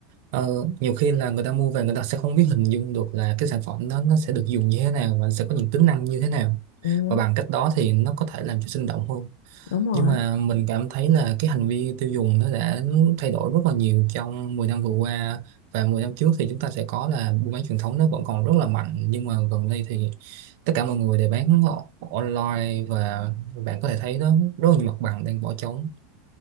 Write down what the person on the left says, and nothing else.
Ừ,
đúng rồi,